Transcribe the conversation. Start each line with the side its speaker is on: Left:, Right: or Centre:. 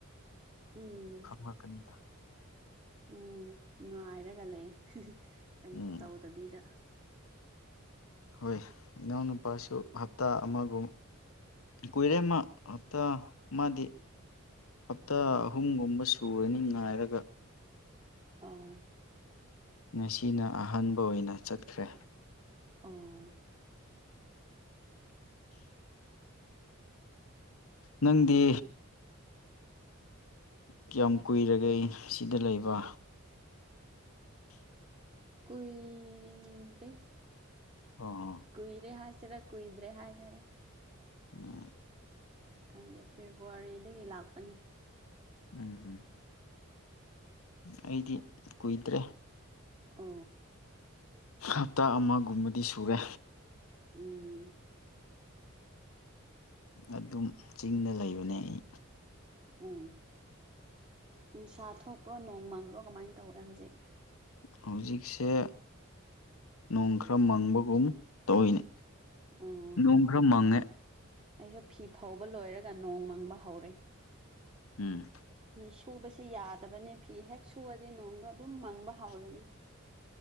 Right: ꯎꯝ
Left: ꯀꯅꯤꯗ
Right: ꯎꯝ ꯉꯥꯏꯔꯒ ꯂꯩ ꯀꯩꯝꯁꯨ
Left: ꯎꯝ
Right: ꯇꯧꯗꯕꯤꯗ
Left: ꯍꯣꯏ ꯏꯅꯥꯎꯅꯨꯄꯥꯁꯨ ꯍꯞꯇꯥ ꯑꯃꯒꯨꯝ ꯀꯨꯏꯔꯦꯝꯃ ꯍꯞꯇꯥ ꯃꯥꯗꯤ ꯍꯞꯇꯥ ꯑꯍꯨꯝꯒꯨꯝꯕ ꯁꯨꯔꯅꯤ ꯉꯥꯏꯔꯒ
Right: ꯑꯥꯎ
Left: ꯉꯁꯤꯅ ꯑꯍꯥꯟꯕ ꯑꯣꯏꯅ ꯆꯠꯈ꯭ꯔꯦ
Right: ꯑꯣ
Left: ꯅꯪꯗꯤ ꯀꯌꯥꯝ ꯀꯨꯏꯔꯒꯦ ꯑꯩ ꯁꯤꯗ ꯂꯩꯕ
Right: ꯀꯨꯏꯗꯦ
Left: ꯑꯣ
Right: ꯀꯨꯏꯔꯦ ꯍꯥꯏꯁꯦꯔ ꯀꯨꯏꯗ꯭ꯔꯦ ꯍꯥꯏꯁꯦꯔ
Left: ꯎꯝ
Right: ꯈꯪꯗꯦ ꯐꯦꯕꯋꯥꯔꯤꯗꯒꯤ ꯂꯥꯛꯄꯅꯤ
Left: ꯎꯝ ꯎꯝ ꯑꯩꯗꯤ ꯀꯨꯏꯗ꯭ꯔꯦ
Right: ꯑ
Left: ꯍꯞꯇꯥ ꯑꯃꯒꯨꯝꯕꯗꯤ ꯁꯨꯔꯦ
Right: ꯎꯝ
Left: ꯑꯗꯨꯝ ꯆꯤꯡꯗ ꯂꯩꯕꯅꯦ ꯑꯩ
Right: ꯎꯝ ꯅꯨꯡꯁꯥ ꯊꯣꯛꯄ꯭ꯔꯣ ꯅꯣꯡ ꯃꯥꯡꯕ꯭ꯔꯣ ꯀꯃꯥꯏꯅ ꯇꯧꯋꯦ ꯍꯧꯖꯤꯛ
Left: ꯍꯧꯖꯤꯛꯁꯦ ꯅꯣꯡ ꯈꯔ ꯃꯪꯕꯒꯨꯝ ꯇꯧꯏꯅꯦ
Right: ꯑꯣ
Left: ꯅꯣꯡ ꯈꯔ ꯃꯪꯉꯦ
Right: ꯑꯩꯁꯨ ꯐꯤ ꯐꯧꯕ ꯂꯣꯏꯔꯒ ꯅꯣꯡ ꯃꯪꯕ ꯍꯧꯔꯦ
Left: ꯎꯝ
Right: ꯐꯤ ꯁꯨꯕꯁꯤ ꯌꯥꯗꯕꯅꯤ ꯐꯤ ꯍꯦꯛ ꯁꯨꯨꯔꯗꯤ ꯅꯣꯡꯗꯣ ꯑꯗꯨꯝ ꯃꯪꯕ ꯍꯧꯥꯎꯔꯅꯤ